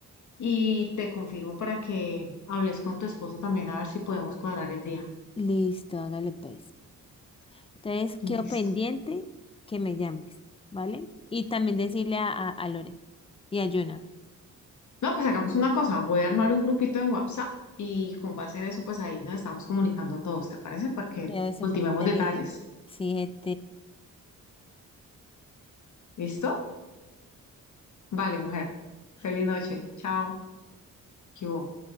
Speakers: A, on the left; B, on the left.
A: y te confirmo para que hables con tu esposo también a ver si podemos cuadrar el día.
B: listo, hágale pues. Entonces,
A: Listo.
B: quedo pendiente que me llames, ¿vale? Y también decirle a, a, a Lore y a Yuna.
A: No, pues hagamos una cosa, voy a armar un grupito en WhatsApp y con base en eso, pues ahí nos estamos comunicando todos, ¿te parece? Para que
B: Que eso
A: ultimemos
B: es muy inteligente.
A: detalles.
B: Sí, este,
A: ¿Listo? Vale, mujer. Feliz noche. Chao. ¿Qué hubo?